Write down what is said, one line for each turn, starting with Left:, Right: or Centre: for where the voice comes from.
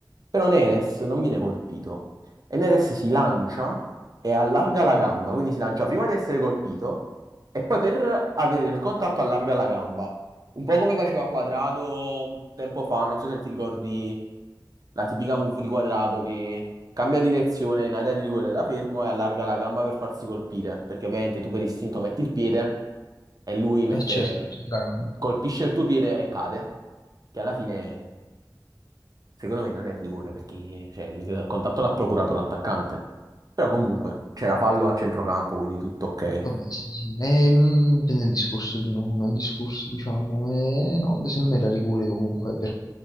Right: però Neres non viene colpito e Neres si lancia e allarga la gamba, quindi si lancia prima di essere colpito e poi per avere il contatto allarga la gamba. Un po' come faceva Quadrato un tempo fa, non so se ti ricordi la tipica move di Quadrato che cambia direzione in area di rigore da fermo e allarga la gamba per farsi colpire, perché ovviamente tu per istinto metti il piede e lui mette-
Left: Eh, certo, ci sarà.
Right: colpisce il tuo piede e cade, che alla fine secondo me non è rigore perché cioè, il contatto l'ha procurato l'attaccante. Però comunque c'era fallo a centrocampo, quindi tutto ok.
Left: Vabbè, sì, sì. Ehm, quindi un discorso di no- non discorso, diciamo, eh, no, beh, secondo me era rigore comunque, per-